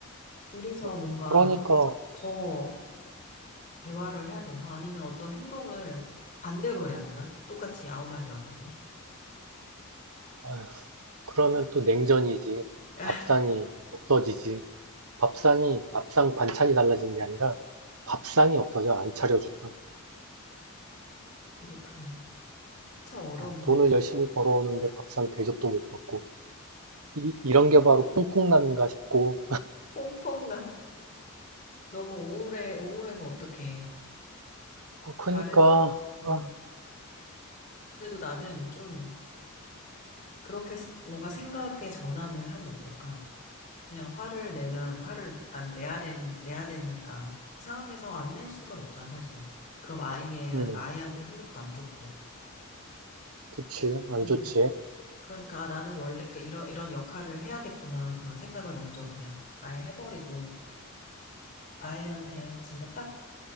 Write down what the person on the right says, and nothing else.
어,
그러니까,
아휴, 그러면 또 냉전이지.
밥상이 없어지지. 밥상이 밥상 반찬이 달라진 게 아니라 밥상이 없어져 안 차려주더라.
어,
돈을 열심히 벌어오는데 밥상 대접도 못 받고 이, 이런 게 바로 퐁퐁남인가 싶고
어, 그니까
아,
음,
그치 안
좋지.